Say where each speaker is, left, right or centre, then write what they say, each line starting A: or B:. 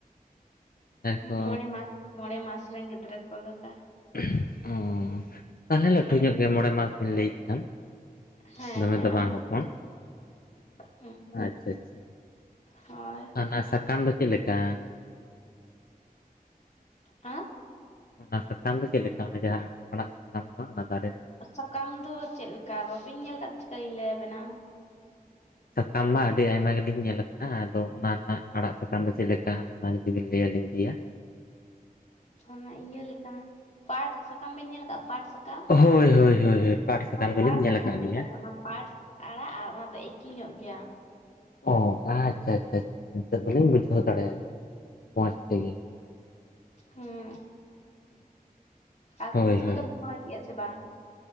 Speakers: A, on the left; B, on the left.
A: ᱡᱟᱦᱟᱸᱭ ᱠᱚ
B: ᱢᱚᱬᱮ ᱢᱟᱥ ᱢᱚᱬᱮ ᱢᱟᱥ ᱨᱮᱱ ᱜᱤᱫᱽᱨᱟᱹ ᱠᱚ ᱞᱮᱠᱟ᱾
A: <unintelligible> ᱛᱟᱦᱚᱞᱮ ᱞᱟᱹᱴᱷᱩ
B: ᱦᱮᱸ
A: ᱧᱚᱜ ᱜᱮ ᱢᱚᱬᱮ ᱢᱟᱥ ᱵᱤᱱ ᱞᱟᱹᱭᱮᱫ ᱠᱷᱟᱱ
B: ᱦᱮᱸ
A: ᱫᱚᱢᱮ
B: ᱦᱮᱸ
A: ᱫᱚ ᱵᱟᱝ ᱦᱚᱯᱚᱱ
B: <unintelligible> ᱦᱩᱸ
A: ᱟᱪᱪᱷᱟ ᱟᱪᱪᱷᱟ
B: ᱦᱳᱭ
A: ᱚᱱᱟ ᱥᱟᱠᱟᱢ ᱫᱚ ᱪᱮᱫ ᱞᱮᱠᱟ?
B: ᱟ
A: ᱚᱱᱟ ᱥᱟᱠᱟᱢ ᱫᱚ ᱪᱮᱫ ᱞᱮᱠᱟ ᱚᱱᱟ ᱡᱟᱦᱟᱸ ᱟᱲᱟᱜ ᱥᱟᱠᱟᱢᱚᱜᱼᱟ ᱚᱱᱟ ᱫᱟᱨᱮ
B: ᱥᱟᱠᱟᱢ ᱫᱚ ᱪᱮᱫ ᱞᱮᱠᱟ ᱵᱟᱹᱵᱤᱱ ᱧᱮᱞ ᱠᱟᱫ ᱪᱤᱠᱟᱹᱧ ᱞᱟᱹᱭᱟ ᱵᱤᱱᱟ
A: ᱥᱟᱠᱟᱢ ᱢᱟ ᱟᱹᱰᱤ ᱟᱭᱢᱟ ᱜᱮᱞᱤᱧ ᱧᱮᱞ ᱠᱟᱜᱼᱟ ᱟᱫᱚ ᱚᱱᱟ ᱟᱸᱜ ᱟᱲᱟᱜ ᱥᱟᱠᱟᱢ ᱫᱚ ᱪᱮᱫ ᱞᱮᱠᱟ ᱟᱫᱚ ᱚᱱᱟ ᱡᱩᱫᱤ ᱵᱤᱱ ᱞᱟᱹᱭᱟᱹᱞᱤᱧ ᱜᱤᱭᱟ
B: ᱚᱱᱟ ᱤᱭᱟᱹ ᱞᱮᱠᱟ ᱯᱟᱴ ᱥᱟᱠᱟᱢ ᱵᱮᱱ ᱧᱮᱞ ᱠᱟᱜ? ᱯᱟᱴ ᱥᱟᱠᱟᱢ
A: ᱦᱳᱭ ᱦᱳᱭ ᱦᱳᱭ ᱦᱳᱭ ᱯᱟᱴ ᱥᱟᱠᱟᱢ
B: ᱦᱳᱭ
A: ᱫᱚᱞᱤᱧ
B: ᱯᱟᱴ
A: ᱧᱮᱞ
B: ᱥᱟᱠᱟᱢ
A: ᱟᱠᱟᱫ
B: ᱞᱮᱠᱟ
A: ᱜᱮᱭᱟ᱾
B: ᱜᱮ ᱚᱱᱟ ᱾ ᱯᱟᱴ ᱟᱲᱟᱜ ᱟᱨ ᱚᱱᱟ ᱫᱚ ᱮᱠᱤ ᱧᱚᱜ ᱜᱮᱭᱟ ᱾
A: ᱚ ᱟᱪᱪᱷᱟ ᱟᱪᱪᱷᱟ ᱟᱪᱷᱟ ᱱᱤᱛᱚᱜ ᱫᱚᱞᱤᱧ ᱵᱩᱡᱷᱟᱹᱣ ᱫᱟᱲᱮᱭᱟᱫᱟ ᱢᱚᱸᱡᱽ ᱛᱮᱜᱮ ᱾
B: ᱦᱮᱸ ᱟᱨ
A: ᱦᱳᱭ
B: ᱦᱩᱲᱩ
A: ᱦᱳᱭ
B: ᱠᱚᱫᱚ ᱯᱮ ᱨᱚᱦᱚᱭ ᱠᱮᱜᱼᱟ ᱥᱮ ᱵᱟᱝ